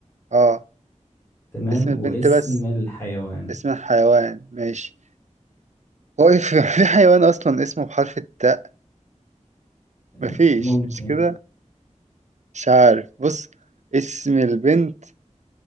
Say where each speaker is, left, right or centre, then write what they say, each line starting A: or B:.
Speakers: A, on the right (about 65°); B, on the left (about 20°).
A: اه
B: تمام
A: اسم البنت
B: واسم
A: بس
B: الحيوان
A: اسم الحيوان ماشي هو إيه في <laughs> في حيوان أصلا اسمه بحرف التاء مفيش
B: آه، ممكن
A: مش كده مش عارف بص اسم البنت